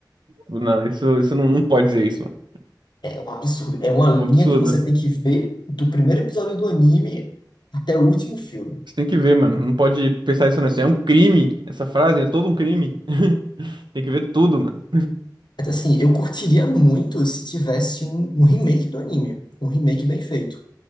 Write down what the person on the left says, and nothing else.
É um absurdo. É uma linha
que você tem que ver do primeiro episódio do anime até o último filme.
Mas assim, eu curtiria muito se tivesse um, um remake do anime. Um remake bem feito.